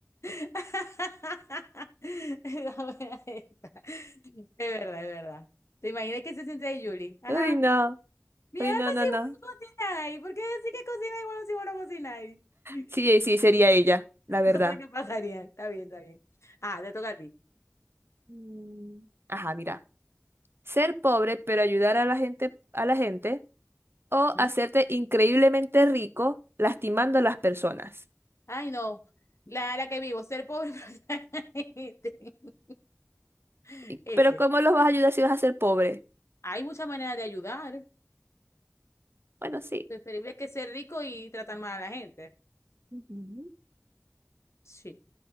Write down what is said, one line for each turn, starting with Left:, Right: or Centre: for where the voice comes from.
Left: <laughs> Esa buena esa. Es verdad, es verdad. Te imaginé que se siente de Julie. Ajá.
Right: Ay, no,
Left: Mi
Right: ay,
Left: alma
Right: no, no,
Left: si
Right: no.
Left: vos no cocináis. ¿Por qué decís que cocináis bueno si vos no cocináis? <laughs>
Right: Sí, sí, sería ella, la verdad.
Left: Cosas que pasarían. Está bien, está bien. Ah, te toca a ti.
Right: Mm, Ajá, mira. Ser pobre, pero ayudar a la gente, a la gente, o
Left: Ujú.
Right: hacerte increíblemente rico lastimando a las personas.
Left: Ay, no. La, la que vivo, ser pobre. <laughs> pero- <laughs>
Right: Y-
Left: Ese.
Right: Pero ¿cómo los vas a ayudar si vas a ser pobre?
Left: Hay muchas maneras de ayudar.
Right: Bueno, sí.
Left: Preferible que ser rico y tratar mal a la gente.
Right: Ujú.
Left: Sí.